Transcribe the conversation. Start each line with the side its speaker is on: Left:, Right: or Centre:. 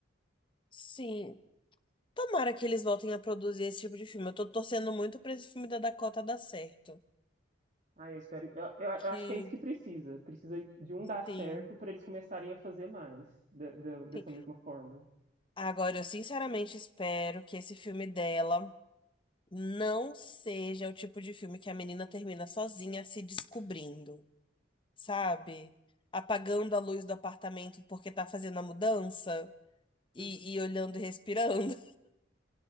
Left: Sim. Tomara que eles voltem a produzir esse tipo de filme. Eu tô torcendo muito pra esse filme da Dakota dar certo.
Right: Ah, eu espero. Eu, eu,
Left: Que
Right: eu acho que é isso que precisa. Precisa de um dar certo
Left: Sim,
Right: para eles começarem a fazer mais da- da- dessa
Left: sim.
Right: mesma fórmula.
Left: Agora, eu sinceramente espero que esse filme dela não seja o tipo de filme que a menina termina sozinha se descobrindo, sabe? Apagando a luz do apartamento porque tá fazendo a mudança e,
Right: <laughs>
Left: e olhando e respirando.